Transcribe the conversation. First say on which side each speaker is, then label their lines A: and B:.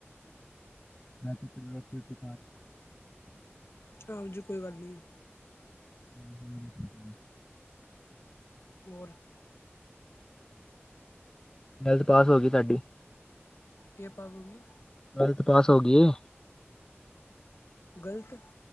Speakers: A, on the left (about 15°); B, on the left (about 65°).
A: ਮੈਂ ਕਿਹਾ <inaudible>
B: ਹਾਂਜੀ ਕੋਈ ਗੱਲ ਨਹੀਂ,
A: <unintelligible>
B: ਹੋਰ,
A: ਟੈਥ ਪਾਸ ਹੋ ਗਈ ਤੁਹਾਡੀ।
B: ਕੇ ਪਾਸ ਹੋ ਗਈ?
A: ਟਵੈਲਥ ਪਾਸ ਹੋ ਗਈ ਏ।
B: ਗਲਤ